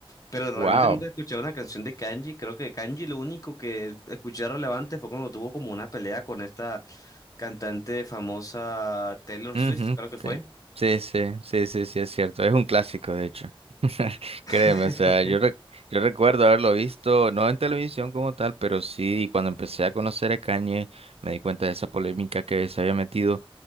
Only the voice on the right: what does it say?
Wow.
Ujú,
te- Sí, sí, sí, sí, sí, es cierto. Es un clásico, de hecho. <laughs>
Créeme, o sea, yo, rec- yo recuerdo haberlo visto, no en televisión como tal, pero sí, cuando empecé a conocer a Kanye, me di cuenta de esa polémica que se había metido.